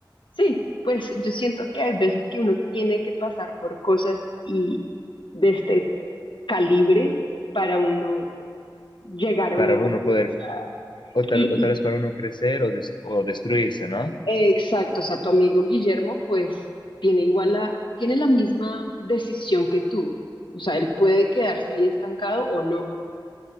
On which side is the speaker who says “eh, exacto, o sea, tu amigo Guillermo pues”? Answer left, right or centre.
Left